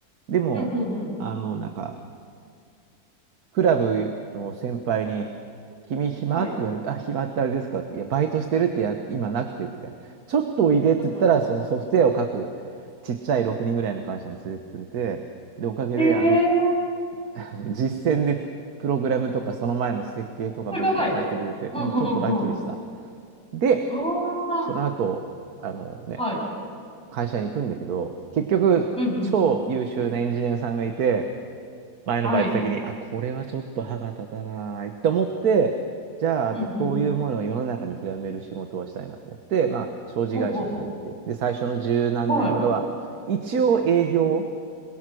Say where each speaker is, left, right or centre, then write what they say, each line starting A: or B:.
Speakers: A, on the right (about 70°); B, in the centre.
A: でも、
B: うん、うん、うん。
A: あの、なんか、クラブの先輩に、君暇って言われて、
B: はい。
A: あ、暇ってあれですかって、いや、バイトしてるってや、今なくてって言うから、ちょっとおいでって言ったら、
B: うん、う
A: そのソフトウェアを書くちっちゃい6人ぐらいの会社に連れてってくれて、で、おかげで、
B: ん。へえ、
A: あの <laughs> 実践でプログラムとか、その前の設計とか勉強させてくれて、
B: すごい。うん、
A: うん、ちょっとラッキーでした。
B: うん、うん。
A: で、
B: うわー。
A: その後、あのね、
B: はい。
A: 会社に行くんだけど、結局、
B: うん、うん。
A: 超優秀なエンジニアさんがいて、前のバイト先に、
B: はい。
A: あ、これはちょっと歯が立たないと思って、じゃあ、あとこういうものを世の中に広める仕事をしたいなと思って、
B: うん、うん。
A: まあ、商事会社に入って、
B: ほうほうほ
A: で、最初の十何年後は、
B: う。はい。
A: 一応営業、